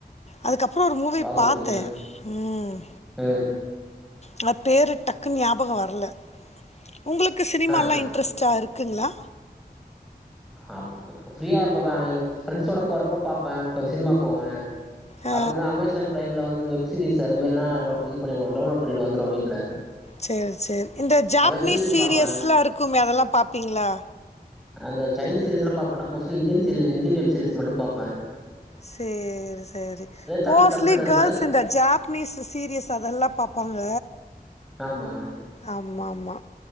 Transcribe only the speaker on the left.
அதுக்கப்ற ஒரு மூவி
பாத்த
ம்
ஆனா பேரு டக்குன்னு ஞாபக வர்ல உங்களுக்கு சினிமால்லா
இன்ட்ரெஸ்ட்டா இருக்குங்களா
ஆ,
சேர் சேர் இந்த ஜாப்னீஸ்
சீரியஸ்லாருக்குமே
அதெல்லா பாப்பீங்ளா
சேரி சேரி
மோஸ்ட்லி
கேர்ள்ஸ் இந்த ஜாப் ப்னீஸ் சீரியஸ் அதெல்லா பாப்பாங்க
ஆம்ம ஆம்மா